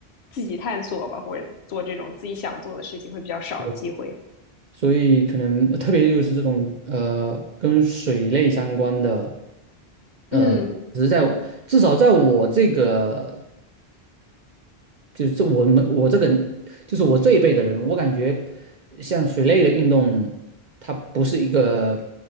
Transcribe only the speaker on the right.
对呀所以可能呃特别就是这种呃跟水类相关的，呃，
只是在至少在我这个就是这我们我这个就是我这一辈的人，我感觉像水类的运动，它不是一个